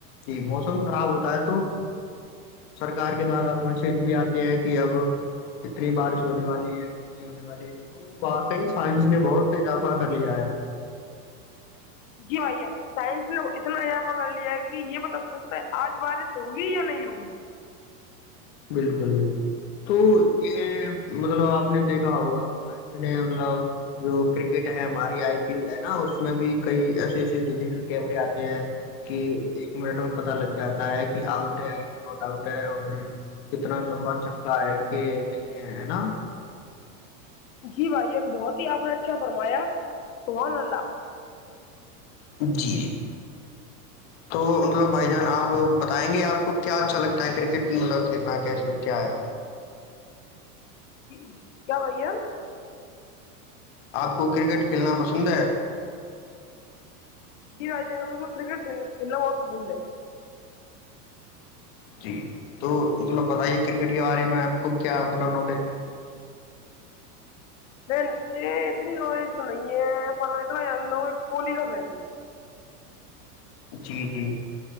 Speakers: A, on the left (about 40°); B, on the left (about 55°).
A: جی موسم خراب ہوتا ہے تو سرکار کے دوارا بھی آتے ہے کہ اب اتنی بارش ہونے والی ہے اتنی ہونے والی ہے تو واقعی سائنس نے بہت اضافہ کر لیا ہے
B: جی بھیا سائنس نے اتنا اضافہ کر لیا ہے کہ یہ بتا سکتا ہے آج بارش ہوگی یا نہیں ہوگی
A: بالکل بالکل تو یہ مطلب آپ نے دیکھا ہوگا سائننے مطلب جو کرکٹ ہے ہماری آئی پی ایل ہے نا اس میں بھی کئی ایسے ایس ڈیجیٹل کیمرے آتے ہیں کہ ایک منٹ میں پت لگ جاتا ہے کہ آؤٹ ہے کہ ناٹ آؤٹ ہے اور کتنا لمبا چککا ہے کہ نہیں ہے ہے نا
B: جی بھائی نے بہت ہی آپ نے اچھا فرمایا سونلہ
A: جی جی تو مطلب بھائی جان آپ بتائیں گے آپ کو کیا اچھا لگتا ہے کرکٹ مطلب کھیلنا کیس کیا ہے
B: جی کیا بائییا
A: آپ کو کرکٹ کھیلنا پسند ہے
B: جی بھائی جان م کو کرکٹل کھیلنا بہت پسند ہے
A: جی جی تو مطلب بتائیے کرکٹ کے بارے میں آپ کو کیا مطلب نالج ہے
B: میں اتنی لو نہیں ہے پر اتنا ہ کوہلی کا فن ہوں
A: جی جی